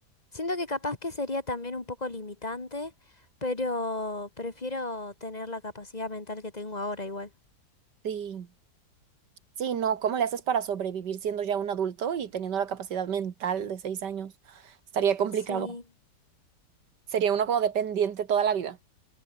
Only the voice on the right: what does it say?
Sí, sí, no, ¿cómo le haces para sobrevivir siendo ya un adulto y teniendo la capacidad mental de seis años? Estaría complicado.
Sería uno como dependiente toda la vida.